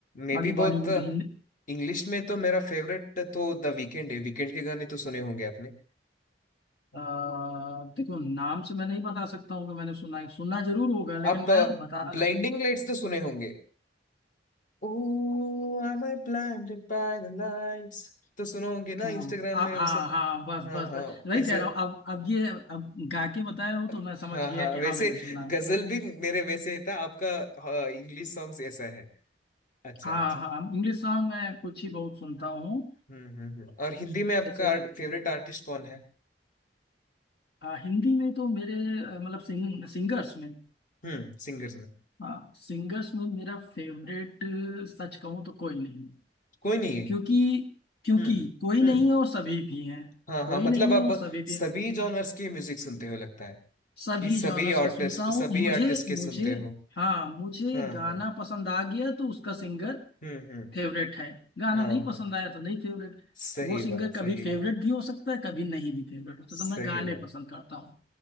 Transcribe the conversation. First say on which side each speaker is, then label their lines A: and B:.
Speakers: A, on the left (about 50°); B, on the left (about 65°).
A: मैं
B: बाकी
A: भी बहुत
B: बॉलीवुड हिंदी
A: इंग्लिश में तो मेरा फेवरेट तो द वीकेंड है वीकेंड के गाने तो सुने होंगे आपने
B: अ, देखो नाम से मैं नहीं बता सकता हूँ कि मैंने सुना है सुना जरूर होगा लेकिन
A: आप
B: मैं बता अगर
A: ब्लाइंडिंग लाइट्स तो सुने होंगे ओ am I blinded by the lights तो सुने होंगे ना
B: हाँ
A: इंस्टाग्राम
B: आ,
A: में
B: हाँ
A: वो सब
B: हाँ बस
A: हाँ
B: बस
A: हाँ
B: बस वही
A: ये
B: कह
A: सब
B: रहा हूँ अब अब ये अब गा के बताए हो
A: हाँ
B: तो मैं समझ गया
A: हाँ
B: कि
A: वैसे
B: हाँ मैंने सुना है
A: गजल भी मेरे वैसे था आपका इंग्लिश सॉन्ग्स ऐसा है अच्छा
B: हाँ
A: अच्छा
B: हाँ इंग्लिश सॉन्ग मैं कुछ ही बहुत सुनता हूँ
A: हम्म हम्म हम्म। और हिंदी में आपका
B: जैसे
A: फेवरेट आर्टिस्ट कौन है
B: हाँ हिंदी में तो मेरे अ, मतलब सिंग, सिंगर्स में
A: हम्म सिंगर्स में
B: हाँ सिंगर्स में मेरा फेवरेट सच कहूँ तो कोई नहीं
A: कोई नहीं है
B: क्योंकि क्योंकि
A: हम्म
B: कोई
A: हम्म
B: नहीं है और सभी भी हैं
A: हाँ हाँ
B: कोई
A: मतलब
B: नहीं
A: आप
B: है और सभी भी
A: सभी जॉनर्स की म्यूजिक सुनते हो लगता है
B: सभी
A: कि सभी
B: जॉनर्स के
A: आर्टिस्ट
B: सुनता हूँ
A: सभी
B: मुझे
A: आर्टिस्ट के
B: मुझे
A: सुनते हो
B: हाँ मुझे
A: हाँ
B: गाना
A: हाँ
B: पसंद आ गया तो उसका सिंगर
A: हम्म हम्म
B: फेवरेट है गाना
A: हाँ
B: नहीं पसंद
A: हाँ
B: आया तो नहीं फेवरेट
A: सही
B: वो सिंगर
A: बात
B: कभी
A: सही
B: फेवरेट
A: बात
B: भी हो सकता है कभी नहीं भी फेवरेट हो सकता
A: सही
B: मैं गाने
A: बात
B: पसंद करता हूँ